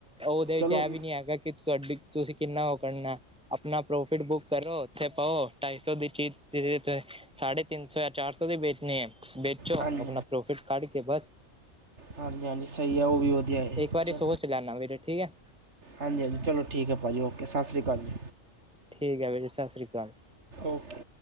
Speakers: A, in the centre; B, on the right (about 60°).
A: ਉਹਦੇ ਵਿੱਚ
B: ਚਲੋ
A: ਐਵੀ ਨੀ ਹੈਗਾ ਕਿ ਤੁਹਾਡੀ, ਤੁਸੀਂ ਕਿੰਨਾ ਉਹ ਕਰਨਾ ਅਪਨਾ ਪ੍ਰੋਫਿਟ ਬੁੱਕ ਕਰੋ, ਉੱਥੇ ਪਾਓ, ਢਾਈ-ਸੌ ਦੀ ਚੀਜ਼ ਸਾਢੇ ਤਿੰਨ-ਸੌ ਯਾ ਚਾਰ-ਸੌ ਦੇ ਵੇਚਣੇ, ਵੇਚੋ
B: ਹਾਂਜੀ
A: ਆਪਣਾ ਪ੍ਰੋਫਿਟ ਕੱਢਕੇ ਬਸ।
B: ਹਾਂਜੀ-ਹਾਂਜੀ, ਸਹੀ ਆ ਉਹ ਵੀ ਵਧੀਆ ਏ,
A: ਇੱਕ ਵਾਰੀ
B: ਚਲੋ।
A: ਸੋਚ ਲੈਣਾ ਵੀਰੇ ਠੀਕ ਹੈ
B: ਹਾਂਜੀ-ਹਾਂਜੀ, ਚਲੋ ਠੀਕ ਹੈ ਭਾਜੀ, ਓਕੇ, ਸਤਿ ਸ਼੍ਰੀ ਅਕਾਲ ਜੀ।
A: ਠੀਕ ਐ ਵੀਰ ਜੀ, ਸਤਿ ਸ਼੍ਰੀ ਅਕਾਲ।
B: ਓਕੇ।